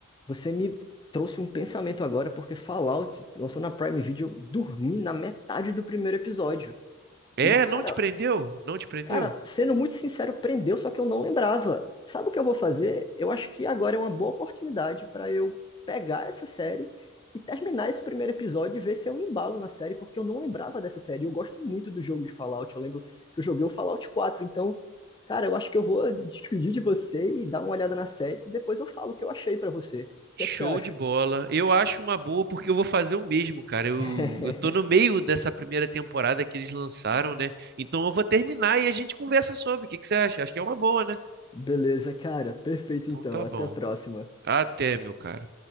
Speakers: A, on the left; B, on the right.
A: você me trouxe um pensamento agora, porque Fallout se lançou na Prime Video, eu dormi na metade do primeiro episódio.
B: É,
A: E, cara,
B: não te prendeu? Não te prendeu?
A: Cara, sendo muito sincero, prendeu, só que eu não lembrava. Sabe o que eu vou fazer? Eu acho que agora é uma boa oportunidade para eu pegar essa série e terminar esse primeiro episódio e ver se eu embalo na série, porque eu não lembrava dessa série. Eu gosto muito do jogo de Fallout, eu lembro que eu joguei o Fallout quatro. então, cara, eu acho que eu vou <laughs> despedir de você e dar uma olhada na série, e depois eu falo o que eu achei para você. O que
B: Show
A: é que você acha?
B: de bola. Eu acho uma boa porque eu vou fazer o mesmo, cara. Eu,
A: <laughs>
B: eu tô no meio dessa primeira temporada que eles lançaram, né? Então eu vou terminar e a gente conversa sobre. O que que você acha? Acho que é uma boa, né?
A: Beleza, cara, perfeito
B: Então
A: então.
B: tá
A: Até
B: bom.
A: a próxima.
B: Até, meu caro.